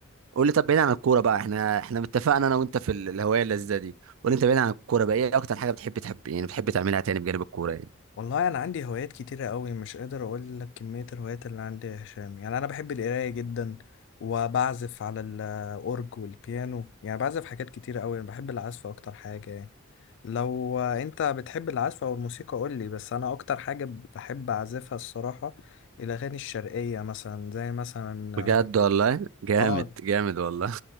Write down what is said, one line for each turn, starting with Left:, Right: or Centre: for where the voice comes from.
Right: قول لي طب بعيد عن الكورة بقى احنا احنا اتفقنا انا وانت في ال- الهواية اللذيذة دي قول لي انت بعيد عن الكورة بقى ايه اكتر حاجة بتحب تحب يعني بتحب تعملها تاني بجانب الكورة يعني
Left: والله انا عندي هوايات كتيره قوي مش قادر اقول لك كميه الهوايات اللي عندي يا هشام يعني انا بحب القرايه جدا وبعزف على الاورج والبيانو يعني بعزف حاجات كتيره قوي انا بحب العزف اكتر حاجه يعني لو انت بتحب العزف او الموسيقى قول لي بس انا اكتر حاجه بحب اعزفها الصراحه الاغاني الشرقيه مثلا زي مثلا
Right: بجد والله جامد
Left: اه
Right: جامد والله